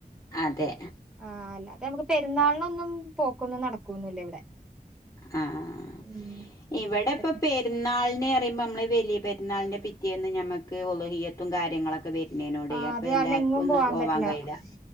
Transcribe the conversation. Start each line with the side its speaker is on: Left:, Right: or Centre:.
Left: അതെ
Centre: ആഹ് അല്ല നമുക്ക് പെരുന്നാളിനൊന്നും പോക്കൊന്നും നടക്കുവൊന്നൂല്ല ഇവിടെ
Left: ആഹ് ആഹ്
Centre: ഉം
Left: ഇവിടെ
Centre: അപ്പൊ
Left: ഇപ്പൊ പെരുന്നാളിനെ പറയ്മ്പം നമ്മൾ വെലിയ പെരുന്നാളിന്റെ പിറ്റേന്ന് നമക്ക് ഒളഹിയത്തും കാര്യങ്ങളൊക്കെ വെര് പിന്നനോടെ
Centre: ആഹ്
Left: അപ്പൊ
Centre: അത് കാരണം
Left: എല്ലാർക്കും
Centre: എങ്ങും
Left: ഒന്നും പോവാൻ
Centre: പറ്റില്ല
Left: കഴിയില്ല